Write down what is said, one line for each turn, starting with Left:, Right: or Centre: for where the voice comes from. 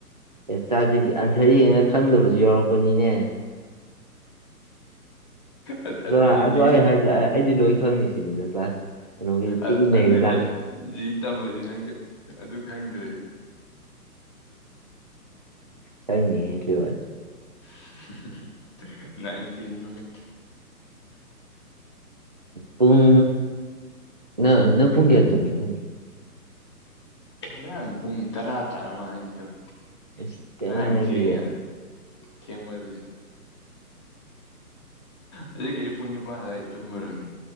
Right: ꯑꯦ ꯆꯥꯠ ꯖꯤ ꯑꯟꯁꯔ ꯌꯦꯡꯉꯒ ꯈꯪꯗꯕꯖꯨ ꯌꯥꯎꯔꯛꯄꯅꯤꯅꯦ
Left: ꯑꯥ
Right: ꯑꯗꯣ
Left: ꯑꯗꯨꯅ
Right: ꯑꯗꯨ
Left: ꯖꯤꯌꯨ
Right: ꯑꯩ ꯍꯥꯏꯗꯤ ꯑꯩꯗꯤ ꯂꯣꯏ ꯈꯪꯅꯤ ꯁꯤꯅꯤꯗ ꯀ꯭ꯂꯥꯁ ꯀꯩꯅꯣꯒꯤ ꯇꯤ
Left: ꯑ
Right: ꯅꯩꯔ
Left: ꯑꯗꯨꯅ
Right: ꯂꯥꯛꯈꯤꯅꯤ
Left: ꯖꯤ ꯇꯝꯃꯗꯤ ꯅꯪꯖꯨ ꯑꯗꯨ ꯈꯪꯗ꯭ꯔꯗꯤ
Right: ꯈꯪꯅꯤꯍꯦ ꯑꯗꯨ ꯋꯥꯗꯤ
Left: <unintelligible>
Right: ꯄꯨꯡ ꯅꯪ ꯅꯪ ꯄꯨꯡ ꯀꯌꯥ ꯇꯨꯝꯒꯦ ꯅꯣꯏꯒꯤ
Left: ꯈꯦꯔꯥꯡ ꯄꯨꯡ ꯇꯔꯥ ꯇꯥꯔꯥꯃꯟꯂꯦ ꯑꯩꯅ ꯇꯨꯝꯃꯤ
Right: ꯑꯁ ꯊꯦꯡꯉꯦꯅꯦ
Left: ꯉꯔꯥꯡ
Right: ꯑꯗꯨꯗꯤ
Left: ꯊꯦꯡꯉꯦ ꯊꯦꯡꯃꯟꯂꯦ ꯑꯗꯨꯒꯤ ꯑꯩ ꯄꯨꯡ ꯅꯤꯄꯥꯟ ꯑꯗꯨꯋꯥꯏ ꯇꯨꯝꯃꯨꯔꯝꯅꯤ